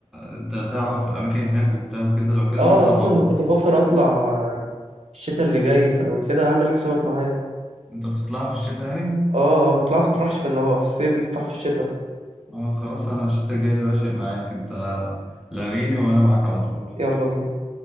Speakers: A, in the centre; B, on the right.
A: انت تعرف اماكن هناك وبتاع وكده لو كده
B: اه
A: نطلع
B: أصلا
A: مع
B: ما
A: بعض
B: كنت بفكر أطلع آه، الشتاء اللي جاي فلو كده أعمل حسابك معايا
A: انت بتطلع في الشتاء يعني
B: اه بتطلع ما تطرحش في النهار في الصيف دي تطرح في الشتاء
A: اه خلاص انا الشتاء الجاي باشا معاك انت لاغيني وانا معاك على طول
B: يلا بينا